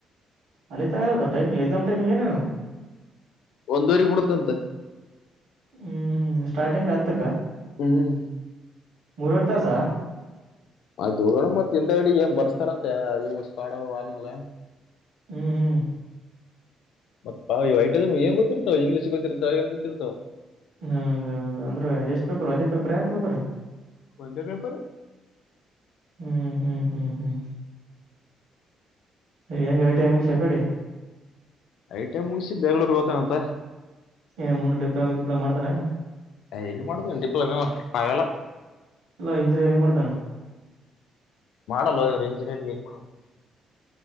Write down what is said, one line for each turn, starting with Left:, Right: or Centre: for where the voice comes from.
Right: ಅಲ್ಲಿ ತಾನೇ ಇತ್ತಾ ಟೈಮಿ್ ಎಕ್ಸಾಮ್ ಟೈಮಿ್ ಏನೇನು
Left: ಒಂದೂವರಿ ಬಿಡತೇತಿ ಅಂತ
Right: ಹ್ಮ್ ಹ್ಮ್ ಸ್ಟಾರ್ಟಿಂಗ್ ಹತ್ತಕ್ಕ
Left: ಹ್ಮ್
Right: ಮೂರವರಿರ್ಥಾಸ
Left: ಅ ಮತ್ ಎಂತ ಗಡೆ ಬರ್ಸ್ತಾರಂತೆ ಅದುಾಡ ಅ್ಮಾಲ
Right: ಹ್ಮ್ ಹ್ಮ್
Left: ಮತ್ತ ಪಾವಿ ಐಟದ ಏನ್ ಗೊತ್ತಿತವು ಇಂಗ್ಲೀಷ್ ಗೊತ್ತಿರ್ತವ ಏನ ಗೊತ್ತಿರ್ತಾವ
Right: ಹ್ಮ ಅಂದ್ರೆ ಎಷ್ಟ್ ಪೇಪರ್ ಒಂದೇ ಪೇಪರ್ ಯಾರ್ಡ್ ಪೇಪರ್
Left: ಒಂದೇ ಪೇಪರ್
Right: ಹ್ಮ್ ಹ್ಮ್ ಹ್ಮ್ ಹ್ಮ್ ಹೆಂಗ ಐಟ ಮು ಉಷ ಕಡೆ
Left: ಐಟ್ ಮುಗಿಸಿ ಬೆಂಗ್ಳೂರ್ ಹೋಗ್ತಾನಂತ
Right: ಏ ಮುಂದೆ ಡಿಪ್ಲೊಮ ಗಿಪ್ಲೊಮ ಮಾಡ್ತಾನೆ
Left: ಏ ಎಲ್ಲಿ ಮಾಡೋದು ಇ ಮಹಳ ಆಗಲ್ಲ
Right: ಅಲ್ಲಾ ಇಂಜಿನಿಯರಿಂಗ್ ಮಾಡ್ತಾನ
Left: ಮಾಡಲ್ಲ ಇವರು ಇಂಜಿನಿಯರಿ್ ಎಲ್ಲಿ ಮಾಡಬೇಕ